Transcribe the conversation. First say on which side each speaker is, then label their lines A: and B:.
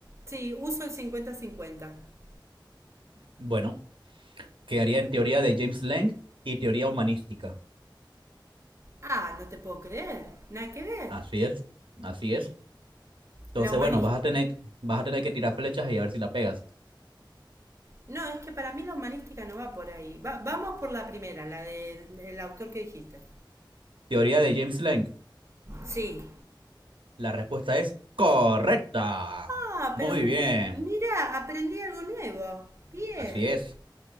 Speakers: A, on the right; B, on the right.
A: sí, uso el cincuenta cincuenta
B: Bueno, quedaría en teoría de James Lang y teoría humanística.
A: Ah, no te puedo creer, nada que ver.
B: Así es, así es. Entonces,
A: La humanista.
B: bueno, vas a tener, vas a tener que tirar flechas y a ver si la pegas.
A: No, es que para mí la humanística no va por ahí. Va- vamos por la primera, la del autor que dijiste.
B: Teoría de James Lang.
A: Sí.
B: La respuesta es correcta.
A: Ah,
B: Muy
A: pero muy
B: bien.
A: bien. Mira, aprendí algo nuevo. Bien.
B: Así es.